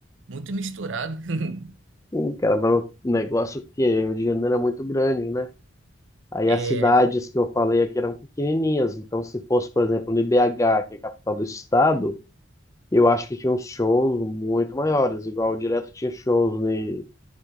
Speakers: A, on the right; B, on the left.
A: muito misturado. <laughs>
B: Sim, cara, mas o negócio é que o Rio de Janeiro é muito grande, né? Aí
A: É,
B: as cidades que eu falei aqui eram pequenininhas, então se fosse, por exemplo, no IBH, que é a capital do estado, eu acho que tinha uns shows muito maiores, igual direto tinha shows ne,